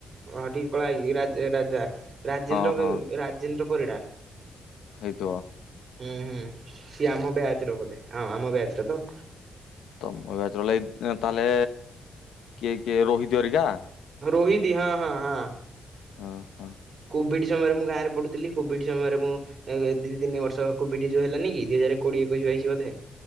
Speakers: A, on the right; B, on the left.
A: ଓ ହୋ ଟିକେ କଳା ହେଇକି ରାଜ ରାଜା ରାଜେନ୍ଦ୍ର
B: ହଁ ହଁ
A: ବି ରାଜେନ୍ଦ୍ର ପରିଡ଼ା।
B: ହେଇଥିବ।
A: ହୁଁ ହୁଁ ସିଏ ଆମ ବ୍ୟାଚ ର ବୋଧେ ଆମ ବ୍ୟାଚ ଟା ତ।
B: ତମ ବ୍ୟାଚର ଲାଇଫ୍ ତାହେଲେ କିଏ କିଏ ରୋହିତ୍ ହରିକା?
A: ରୋହିତ୍ ହଁ ହଁ ହଁ।
B: ହୋ ହୋ
A: କୋଭିଡ଼୍ ସମୟରେ ମୁଁ ଗାଁରେ ପଢ଼ୁଥିଲି କୋଭିଡ଼୍ ସମୟରେ ମୁଁ ଏ ଦି ତିନି ବର୍ଷ କୋଭିଡି ଯୋଉ ହେଲାନି କି ଦିଇ ହଜାରେ କୋଡିଏ ଏକୋଇଶ ବାଇଶ ବୋଧେ?